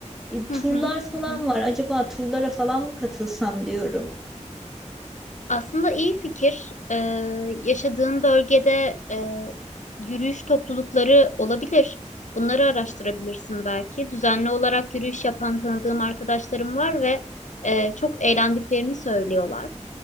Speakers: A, in the centre; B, on the left (about 75°).
A: E,
B: hı
A: turlar
B: hı,
A: falan
B: hı hı.
A: var. Acaba turlara falan mı katılsam diyorum.
B: Aslında iyi fikir. Ee, yaşadığın bölgede e, yürüyüş toplulukları olabilir. Bunları araştırabilirsin belki. Düzenli olarak yürüyüş yapan tanıdığım arkadaşlarım var ve e, çok eğlendiklerini söylüyorlar.